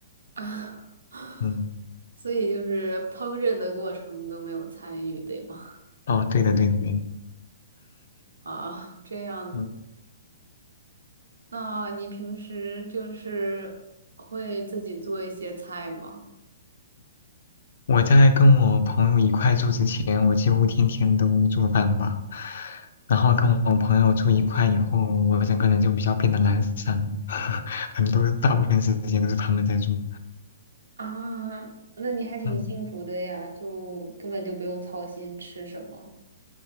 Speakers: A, on the right; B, on the left.
A: <laughs> 啊，
B: 嗯，
A: 所以就是烹饪的过程都没有参与，对吗？
B: 哦，对的，对的，对的。
A: 啊，这样子。
B: 嗯，
A: 那你平时就是会自己做一些菜吗？
B: 我在跟我朋友一块住之前，我几乎天天都做饭吧。然后跟我朋友住一块以后，我整个人就比较变得懒散了，<laughs> 很多大部分时间都是他们在做。
A: 啊，那你还挺幸福的呀，
B: 嗯，
A: 就根本就不用操心吃什么。